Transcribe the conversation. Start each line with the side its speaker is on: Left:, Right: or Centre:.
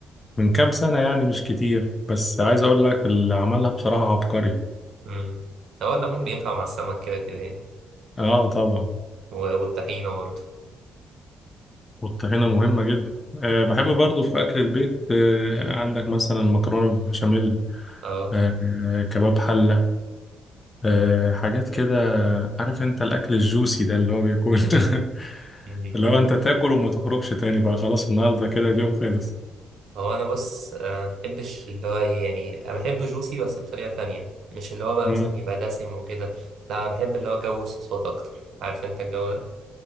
Left: من كام سنة يعني مش كتير بس عايز أقول لك اللي عملها بصراحة عبقري
Right: امم هو الليمون بينفع مع السمك كده كده يعني
Left: اه طبعا
Right: و- والطحينه برضه
Left: والطحينة مهمة جدا أه بحب
Right: امم
Left: برضو في أكل البيت أه عندك مثلا المكرونة بالبشاميل
Right: اه
Left: أه آه، كباب حلة أه حاجات كده عارف أنت الأكل الجوسي ده اللي هو بيكون <laughs>
Right: امم
Left: اللي هو أنت تاكل وما تخرجش تاني بقى خلاص النهاردة كده اليوم خلص
Right: هو انا بص آه، بحبش اللي هو ايه يعني انا بحب جوسي بس بطريقه تانية مش اللي هو بقى
Left: مم.
Right: مثلا يبقى دسم وكده لا انا بحب اللي هو جو الصوصات اكتر عارف انت الجو ده